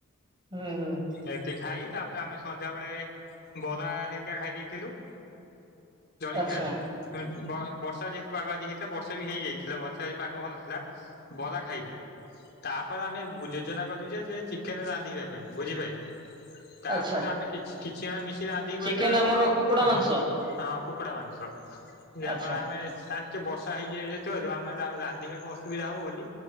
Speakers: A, on the right; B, on the left.
A: ହୁଁ ହୁଁ।
B: ଏଠି ଖାଇ ତାପରେ ଆମେ ସନ୍ଧ୍ୟା ବେଳେ ବରା ହେରିକା ଖାଇ ଦେଇଥିଲୁ। ଜଳିଖିଆ
A: ଆଚ୍ଛା
B: <unintelligible> ବ ବର୍ଷା ଯେହେତୁ ପାଗ ଆଜି ହେଇଥିଲା ବର୍ଷା ବି ହେଇଯାଇଥିଲା ବର୍ଷା ପାଗ ଭଲ ଥିଲା ବରା ଖାଇଲୁ ତାପରେ ଆମେ ଯୋଜନା କଲୁ ଯେ ଚିକେନ୍ ରାନ୍ଧିବା ପାଇଁ ବୁଝିପାଇଲେ। ତାପରେ
A: ଆଚ୍ଛା
B: ଆମେ କିଛି କିଛି ଜଣ ମିଶିକି ରାନ୍ଧିବୁ
A: ଚିକେନ
B: ବୋଲି ଭାବିଲୁ
A: ଆମର
B: ହଁ
A: କୁକୁଡା ମାଂସ
B: କୁକୁଡା ମାଂସ ଯାପରେ
A: ଆଚ୍ଛା
B: ଆମେ ବର୍ଷା ହେଇଯାଇଥିବାରୁ ଆମେ ଆକୁ ରାନ୍ଧିବାକୁ ଅସୁବିଧା ହବ ବୋଲି